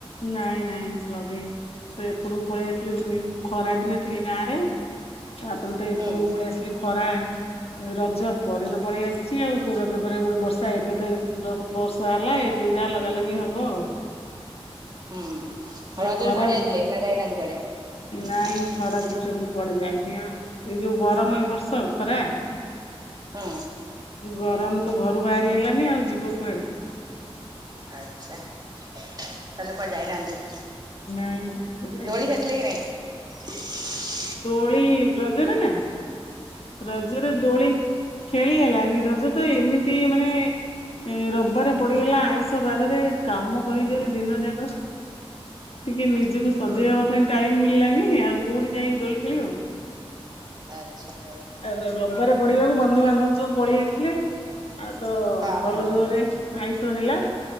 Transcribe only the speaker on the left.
ନାଇଁ ନାଇଁ କିଛି ଲଗେଇନି ମୁଁ ତ ଏପଟକୁ ପଳେଇ ଆସିଲି ନିୟୁ ଖରା ଦିନେ ଥିଲି ଗାଁ ରେ।
ଆପଣତ ଏପଟକୁ
ପଳେଇ ଆସିଲେ ଖରା। ରଜ ପରେ ତ ପଳେଇ ଆସିଛି ଆଉ କୋଉ ରଜ ପରେ ଗୋଟେ ବର୍ଷା ଏବେ ତ ବର୍ଷା ହେଲା। ଏବେ ଯାଏ ଲଗା ଲଗି ହବ ଆଉ।
ଏଇ
ଖରାରେ
ନାଇଁ <unintelligible> କୁଆଡେ ଯାଇନି ଆଉ ଏଇ ଯୋଉ ଗରମ ଏ ବର୍ଷ ଖରା।
ଗରମ ତ ଘରୁ ବାହାରି ହେଲାନି ଆଉ ଯିବ କୁଆଡେ।
ନାଇଁ ନାଇଁ କୁଆଡେ ଯାଇନି।
ଦୋଳି ରଜରେ ନା ରଜରେ ଦୋଳି ଖେଳି ହେଲାନି ରଜ ତ ଏମିତି ମାନେ ଏ ରବିବାରେ ପଡିଗଲା ଆଇଁଷ ବାରରେ କାମ କରିକରି ଦିନ ଯାକ
ଟିକେ ନିଜକୁ ସଜେଇ
ହବାପାଇଁ ଟାଇମ ମିଳିଲାନି ଆଉ କୋଉଠି ଯାଇଁ ଦୋଳି ଖେଳିବ।
ଆ ଏବେ ରବିବାରେ ପଡିବାକୁ ବନ୍ଧୁବାନ୍ଧବ ସବୁ ପଳେ ଆସିଲେ। ଆଉ ତ
ଭଲ
ଜୋରେ ଆଇଁଷ ହେଲା